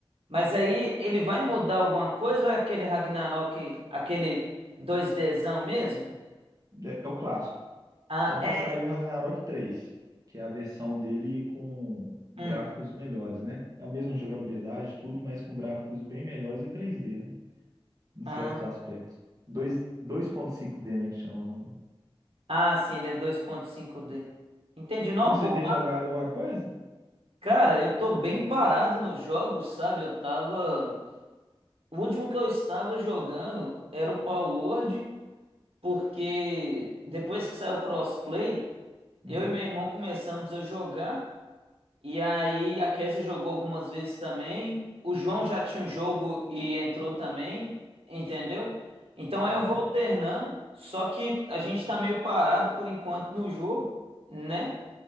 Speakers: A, on the right (about 80°); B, on the right (about 40°).
A: Mas aí ele vai mudar alguma coisa ou é aquele Ragnarok, aquele dois dzão mesmo?
B: É, é o clássico.
A: Ah,
B: Tá pra
A: é.
B: sair o Ragnarok três que é a versão dele com gráficos
A: Hum.
B: melhores, né? É a mesma jogabilidade, tudo, mas com gráficos bem melhores e 3D, né? Em
A: Ah,
B: certos aspectos. Dois- 2.5D, né, que chama.
A: ah, sim, ele é dois ponto cinco d Entendi. Não,
B: E
A: pô,
B: você tem jogado alguma coisa?
A: cara, eu tô bem parado nos jogos, sabe? Eu tava. O último que eu estava jogando era o Power Word, porque depois que saiu o crossplay,
B: Uhum.
A: eu e meu irmão começamos a jogar. E aí a Kézia jogou algumas vezes também. O João já tinha um jogo e entrou também, entendeu? Então aí
B: Ó.
A: eu vou alternando, só que a gente tá meio parado por enquanto no jogo, né?